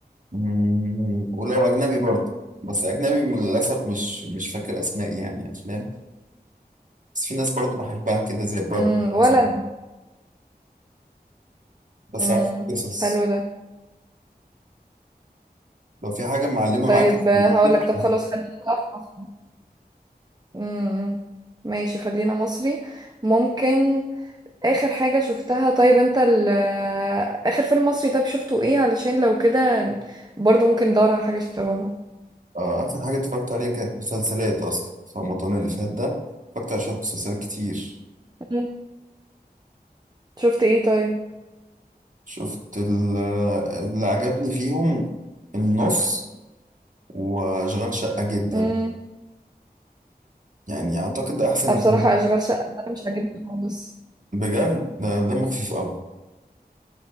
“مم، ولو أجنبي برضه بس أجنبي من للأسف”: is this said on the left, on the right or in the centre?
Right